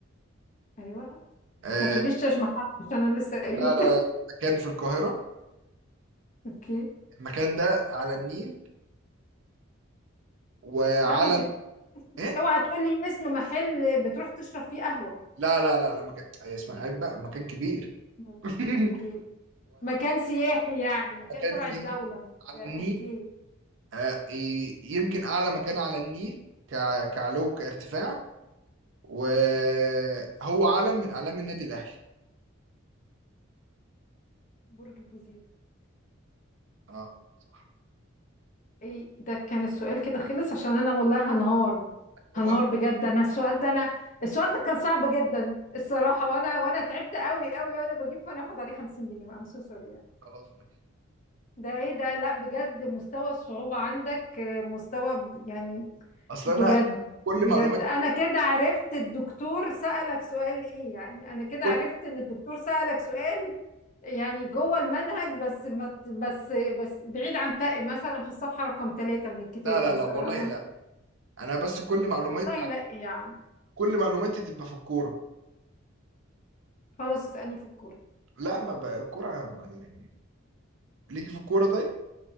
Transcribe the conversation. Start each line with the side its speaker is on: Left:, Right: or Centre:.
Left: ايوه
Right: آه
Left: ما تقوليش مش محل عشان انا لسه قايله
Right: لا لا
Left: <laughs>
Right: لا مكان في القاهرة
Left: اوكي
Right: المكان ده على النيل وعلم
Left: لا ما تقول
Right: ايه
Left: اوعى تقولي اسم محل بتروح تشرب فيه قهوة
Right: لا لا لا لا مكان أي اسمها عيب بقى مكان كبير
Left: مم.
Right: <laughs>
Left: اوكي مكان سياحي يعني مكان
Right: ومكان
Left: تبع
Right: سينا
Left: الدولة مش-
Right: على
Left: اوكي
Right: النيل آه، ي- يمكن أعلى مكان على النيل ك- كعلو كارتفاع وهو علم من أعلام النادي الأهلي
Left: برج الجزيرة
Right: اه صح
Left: ايه ده كان السؤال كده خلص عشان انا والله هنهار هنهار
Right: هو
Left: بجد انا السؤال ده انا السؤال ده كان صعب جدا الصراحه وانا وانا تعبت قوي قوي وانا بجيب فانا اخد عليه 50 جنيه ام سو سوري يعني
Right: خلاص ماشي
Left: ده ايه ده لا بجد مستوى الصعوبه عندك آه، مستوى ب- يعني
Right: أصل
Left: بجد
Right: أنا كل
Left: بجد
Right: معلومات
Left: انا كده عرفت الدكتور سألك سؤال ايه يعني انا كده
Right: كل
Left: عرفت ان الدكتور سألك سؤال يعني جوه المنهج بس ما ت- بس بس بعيد عن تق مثلا في الصفحة رقم ثلاثة من الكتاب
Right: لا لا
Left: مثلا
Right: لا والله لا أنا بس كل معلومات
Left: والله لا يا عم
Right: كل معلوماتي تبقى في الكورة
Left: خلاص اسألني في الكورة
Right: لا ما بقى الكورة ما- يعني ليكي في الكورة طيب؟